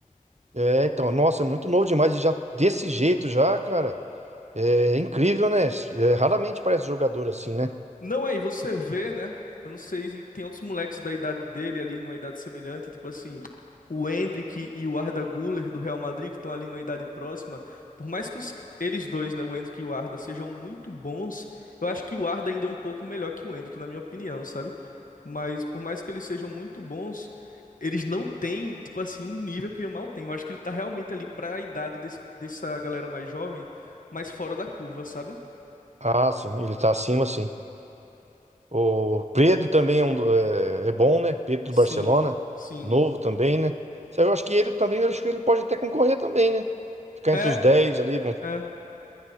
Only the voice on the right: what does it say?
É, então, nossa, é muito novo demais. E já desse jeito já, cara. É incrível, né? É, raramente parece jogador assim, né?
Ah, sim, ele tá acima, sim. O Pedro também é, um do- é- é bom, né? Pedro do
Barcelona,
novo também, né? Isso aí Eu acho que ele também, eu acho que ele pode até concorrer também, né? Ficar
entre os dez ali. vamos-